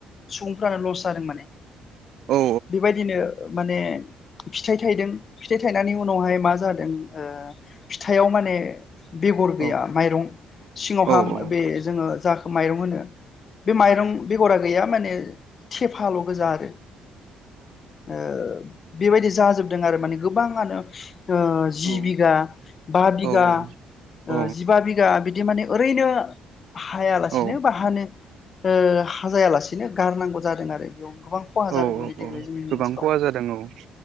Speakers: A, on the left; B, on the right.
A: सुबुंफ्रानो लस जादों माने
B: औ
A: बेबायदिनो माने <unintelligible> फिथाइ थाइदों फिथाइ थाइनायनि उनावहाय मा जादों ओ फिथाइाव माने बेगर गैया
B: औ
A: माइरं सिङावहा
B: औ औ
A: बे जोङो जाखौ माइरं होनो बे माइरं बेगरा गैया माने थेफाल' गोजा आरो ओ बेबायदि जा जोबदों आरो माने गोबाङानो ओ जि
B: औ
A: बिघा बा बिघा
B: औ औ औ
A: ओ जिबा बिघा बिदि बिदि माने ओरैनो हायालासिनो
B: औ
A: बा हानो ओ हाजायालासेनो गारनांगौ जादों आरो बेयाव गोबां खहा
B: औ
A: जादों माने देग्लाय
B: औ
A: जोंनि
B: गोबां
A: ओनसोलाव
B: खहा जादों औ